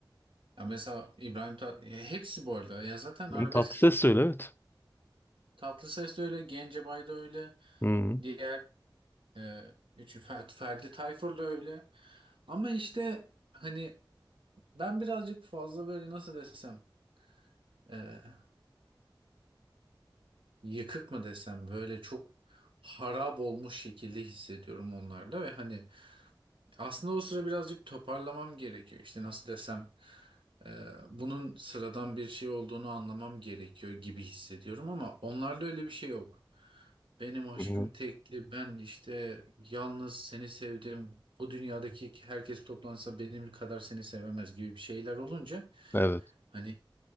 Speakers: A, on the right; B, on the left.
A: Ya mesela İbrahim Tat ya hepsi bu arada. Ya zaten
B: Bunu
A: arabesk
B: tatlı ses söyle evet.
A: Tatlıses de öyle, Gencebay da öyle,
B: Hı hı.
A: diğer e, üçü Fer- Ferdi Tayfur da öyle. Ama işte hani ben birazcık fazla böyle nasıl desem e, yıkık mı desem böyle çok harap olmuş şekilde hissediyorum onlarda ve hani aslında o sıra birazcık toparlamam gerekiyor. İşte nasıl desem e, bunun sıradan bir şey olduğunu anlamam gerekiyor gibi hissediyorum ama onlarda öyle bir şey yok. Benim aşkım
B: Hı hı.
A: tekti. Ben işte yalnız seni sevdim. Bu dünyadaki herkes toplansa benim kadar seni sevemez gibi bir şeyler olunca
B: Evet.
A: hani